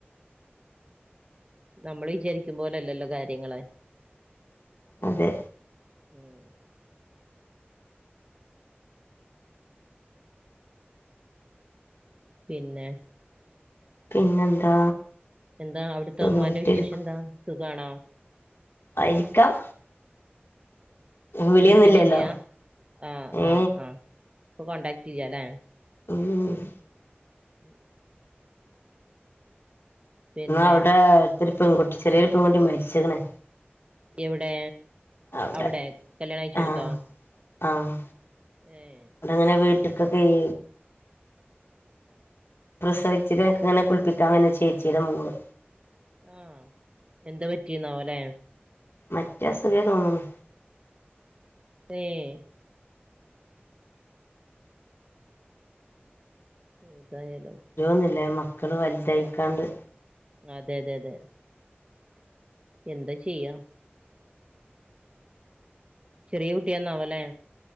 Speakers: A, on the right (about 25°); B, on the left (about 70°).
A: നമ്മള് വിചാരിക്കും പോലല്ലല്ലോ കാര്യങ്ങള്.
B: അതെ.
A: ഉം. പിന്നെ.
B: പിന്നെന്താ?
A: എന്താ അവ്ട്ത്തെ
B: സുഖായിട്ടിരിക്കും
A: ഉമ്മാന്റെ വിശേഷെന്താ സുഖാണോ?
B: ആയിര്ക്കാം. വിളിയൊന്നുമില്ലല്ലോ
A: വിളിക്കലില്ല്യാ ആഹ്
B: ഏ
A: ആഹ് ആഹ് ഇപ്പൊ കോണ്ടാക്ടില്ല്യലേ
B: ഉം ഉം.
A: <inaudible> പിന്നെ
B: ന്ന് അവിടെ അടുത്തൊര് പെങ്കുട്ടി ചെറിയൊര് പെങ്കുട്ടി മര്ച്ച്ക്ക്ണ്.
A: എവ്ടേ
B: അവിടെ
A: അവ്ടേ കല്യാണഴ്ച്ചോട്ത്തോ?
B: ആഹ് ആഹ്.
A: ഏഹ്.
B: അങ്ങനെ വീട്ട്ക്കൊക്കെയ് പ്രസവിച്ചിട്ങ്ങനെ കുളിപ്പിക്കാ വെര്ന ചേച്ചീടെ മോള്.
A: ആഹ് എന്താ പറ്റിന്നാവോലെ.
B: മറ്റേ അസുഖേ തോന്ന്ണ്.
A: ഏഹ്. ഏതായാലും.
B: ന്ന്ലേ മക്കള് വലുതായിക്കാണ്ട്.
A: അതേ അതേ അതേ. എന്താ ചെയ്യാ? ചെറിയകുട്ടിന്നാവൊലെ.